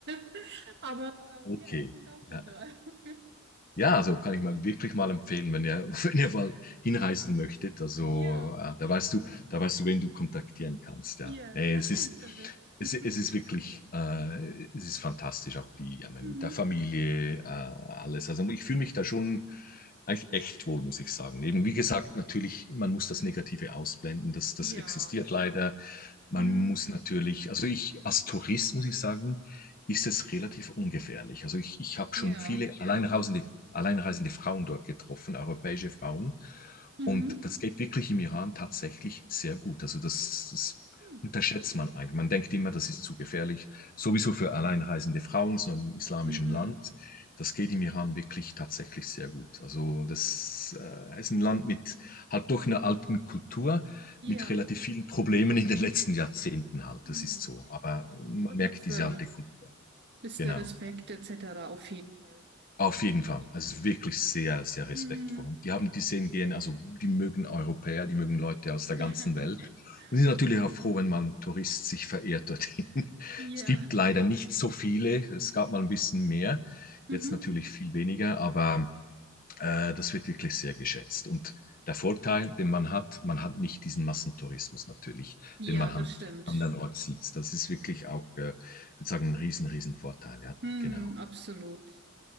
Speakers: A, on the right; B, on the left.
A: <laughs> aber
B: okay.
A: äh, ja, er kommt auch von
B: Ja.
A: dort. <laughs>
B: Ja, also kann
A: Ja,
B: ich mal wirklich mal empfehlen, wenn ihr, <laughs> wenn ihr mal hinreisen möchtet. Also,
A: ja,
B: äh, da weißt du, da weißt du, wen du kontaktieren kannst. Ja,
A: ja,
B: nee,
A: <laughs>
B: es ist,
A: perfekt.
B: es,
A: <laughs>
B: es ist wirklich, äh, es ist fantastisch, auch die, ja, meine,
A: Mhm.
B: mit der Familie, äh, alles. Also, ich fühle mich da schon eigentlich echt wohl, muss ich sagen. Eben, wie gesagt, natürlich, man muss das Negative ausblenden. Das, das
A: Ja,
B: existiert
A: natürlich.
B: leider. Man
A: Hm.
B: muss natürlich, also ich als Tourist muss ich sagen, ist es relativ ungefährlich. Also ich, ich habe
A: Ja.
B: schon viele alleinreisende alleinreisende Frauen dort getroffen, europäische Frauen.
A: Mhm.
B: Und das geht wirklich im Iran tatsächlich sehr gut. Also das, das
A: Hm.
B: unterschätzt man eigentlich. Man denkt immer, das ist zu gefährlich, sowieso für
A: Ja.
B: alleinreisende Frauen, so im islamischen
A: Mhm.
B: Land. Das geht im Iran wirklich tatsächlich sehr gut. Also das äh, ist ein Land mit halt doch einer alten Kultur, mit
A: Ja.
B: relativ vielen Problemen in den letzten Jahrzehnten halt.
A: Hm.
B: Das ist so. Aber
A: Absolut.
B: man
A: Aber
B: merkt
A: trotzdem
B: diese alte Kultur.
A: ist
B: Genau.
A: der Respekt etc. auf jeden Fall
B: Auf
A: sicherlich
B: jeden Fall.
A: gegeben.
B: Also wirklich sehr, sehr respektvoll.
A: Mhm.
B: Und die haben die sehen gehen, also die mögen Europäer, die mögen Leute aus der
A: <laughs>
B: ganzen Welt. Und die sind natürlich auch froh, wenn mal ein Tourist sich verehrt dorthin. <laughs>
A: Ja.
B: Es gibt leider nicht so viele. Es gab mal ein bisschen mehr,
A: Mhm.
B: jetzt natürlich viel weniger, aber äh, das wird wirklich sehr geschätzt. Und der Vorteil, den man hat, man hat nicht diesen Massentourismus natürlich,
A: Ja,
B: den man an
A: das stimmt.
B: andernorts sieht. Das ist wirklich auch, äh, ich würde sagen, ein riesen, riesen Vorteil. Ja,
A: Hm,
B: genau.
A: absolut.